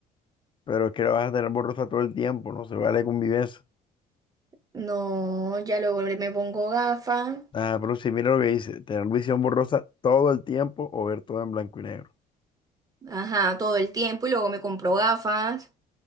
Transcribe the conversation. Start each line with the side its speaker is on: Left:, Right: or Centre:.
Left: Pero es que la vas a tener borrosa todo el tiempo, no se vale convivencia.
Right: No, ya luego me pongo gafas,
Left: Ah, pero si mira lo que dice, tener visión borrosa todo el tiempo o ver todo en blanco y negro.
Right: ajá, todo el tiempo y luego me compro gafas.